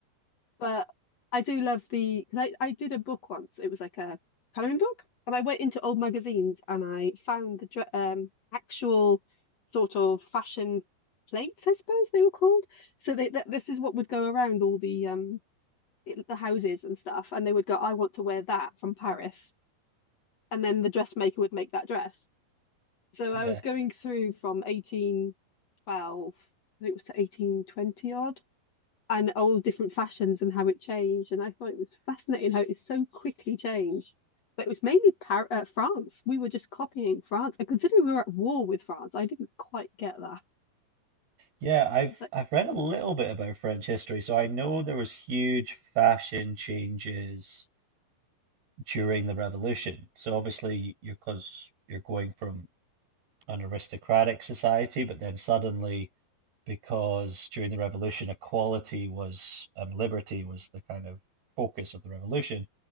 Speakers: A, on the left; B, on the right.
A: But I do love the because I, I did a book once. It was like a coloring book, and I went into old magazines and I found the dre- um actual sort of fashion plates, I suppose they were called. So they, that this is what would go around all the um i- the houses and stuff, and they would go, "I want to wear that from Paris," and then the dressmaker would make that dress. So
B: yeah,
A: I was going through from 1812, I think it was to 1820 odd and all different fashions and how it changed. And I thought it was fascinating how it so quickly changed. But it was mainly Par uh, France. We were just copying France. And considering we were at war with France, I didn't quite get that.
B: yeah. I've
A: It's like,
B: I've read a little bit about French history, so I know there was huge fashion changes during the revolution. So obviously, you're because you're going from an aristocratic society, but then suddenly, because during the revolution, equality was and liberty was the kind of focus of the revolution,